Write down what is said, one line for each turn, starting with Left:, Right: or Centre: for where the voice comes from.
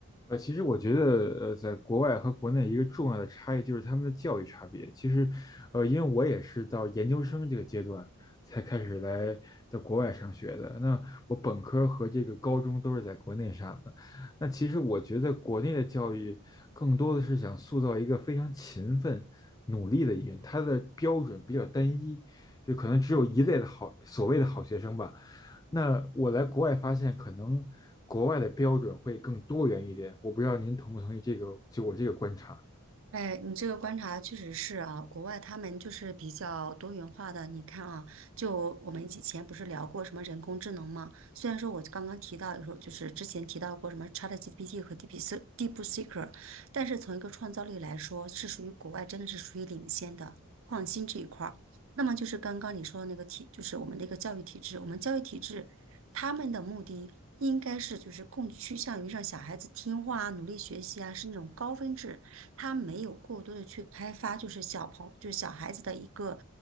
Left: 呃，其实我觉得，呃，在国外和国内一个重要的差异就是他们的教育差别。其实，呃，因为我也是到研究生这个阶段才开始来到国外上学的。那我本科和这个高中都是在国内上的。那其实我觉得国内的教育更多的是想塑造一个非常勤奋、努力的一个人，他的标准比较单一，就可能只有一类的好，所谓的好学生吧。那我来国外发现，可能国外的标准会更多元一点。我不知道您同不同意这个，就我这个观察。
Right: 哎，你这个观察确实是啊，国外他们就是比较多元化的。你看啊，就我们以前不是聊过什么人工智能吗？虽然说我刚刚提到，有时候就是之前提到过什么 ChatGPT 和 DeepSeek DeepSeek，但是从一个创造力来说，是属于国外真的是属于领先的创新这一块儿。那么就是刚刚你说的那个体，就是我们的一个教育体制，我们教育体制他们的目的应该是就是更趋向于让小孩子听话啊，努力学习啊，是那种高分制。他没有过多的去开发，就是小朋就是小孩子的一个